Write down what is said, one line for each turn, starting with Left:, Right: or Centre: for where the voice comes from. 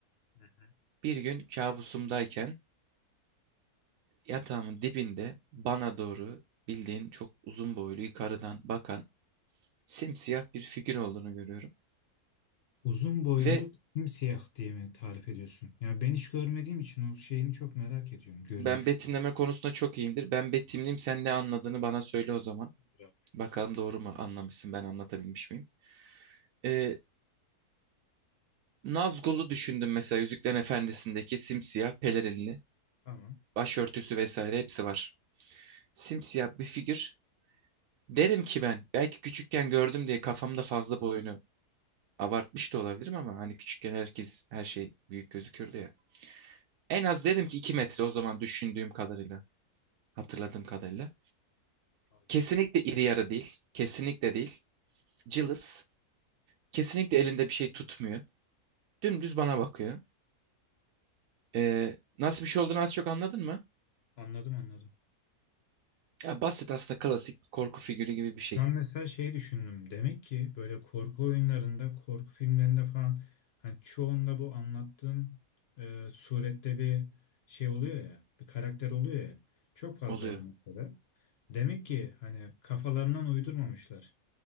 Left: Hı hı.
Right: bir gün kabusumdayken yatağımın dibinde bana doğru bildiğin çok uzun boylu yukarıdan bakan simsiyah bir figür olduğunu görüyorum.
Left: Uzun boylu
Right: Ve
Left: simsiyah diye mi tarif ediyorsun? Yani ben hiç görmediğim için o şeyini çok merak ediyorum görünüşünü.
Right: ben betimleme konusunda çok iyiyimdir. Ben betimleyeyim sen ne anladığını bana söyle o zaman.
Left: Biraz.
Right: Bakalım doğru mu anlamışsın ben anlatabilmiş miyim? Ee, Nazgul'u düşündüm mesela Yüzüklerin Efendisi'ndeki simsiyah pelerinli
Left: Tamam.
Right: başörtüsü vesaire hepsi var. Simsiyah bir figür. Derim ki ben belki küçükken gördüm diye kafamda fazla boyunu abartmış da olabilirim ama hani küçükken herkes her şey büyük gözükürdü ya. En az derim ki 2 metre o zaman düşündüğüm kadarıyla, hatırladığım kadarıyla.
Left: Allah
Right: Kesinlikle
Left: Allah.
Right: iri yarı değil, kesinlikle değil. Cılız, kesinlikle elinde bir şey tutmuyor. Dümdüz bana bakıyor. Ee, nasıl bir şey olduğunu az çok anladın mı?
Left: Anladım anladım.
Right: Ya basit aslında klasik bir korku figürü gibi bir
Left: Şu
Right: şey
Left: an mesela şeyi düşündüm. Demek ki böyle korku oyunlarında, korku filmlerinde falan hani çoğunda bu anlattığın e, surette bir şey oluyor ya, bir karakter oluyor ya. Çok fazla
Right: oluyor.
Left: var mesela. Demek ki hani kafalarından uydurmamışlar.